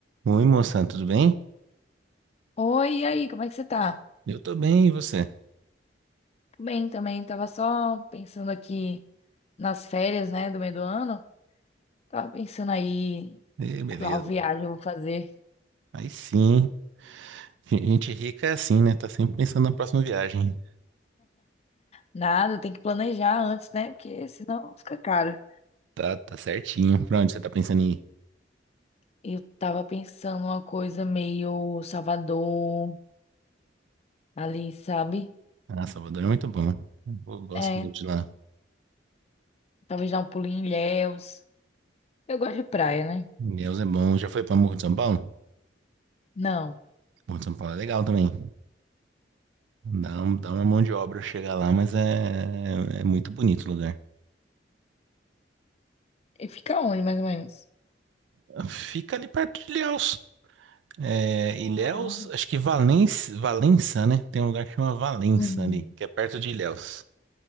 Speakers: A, on the right (about 75°); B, on the left (about 35°).
A: Oi, moça, tudo bem?
B: Oi, e aí, como é que você tá?
A: Eu tô bem, e você?
B: Tô Bem, também, tava só pensando aqui nas férias, né, do meio do ano. Tava pensando aí
A: Ê,
B: qual
A: beleza.
B: viagem eu vou fazer.
A: Aí sim, gente rica é assim, né? Tá sempre pensando na próxima viagem.
B: Nada, tem que planejar antes, né, porque senão fica caro.
A: Tá, tá certinho. Pra onde você tá pensando em ir?
B: Eu tava pensando uma coisa meio Salvador, ali, sabe?
A: Ah, Salvador é muito bom. Eu gosto
B: É,
A: muito de lá.
B: talvez dar um pulinho em Ilhéus. Eu gosto de praia, né?
A: Deus é bom. Já foi pra Morro de São Paulo?
B: Não.
A: Morro de São Paulo é legal também. Dá, um- dá uma mão de obra chegar lá, mas é, é muito bonito o lugar.
B: E fica onde, mais ou menos?
A: Fica ali perto de Ilhéus. É, Ilhéus,
B: Ah,
A: acho que Valença, Valença, né? Tem um lugar que chama Valença
B: hum,
A: ali, que é perto de Ilhéus.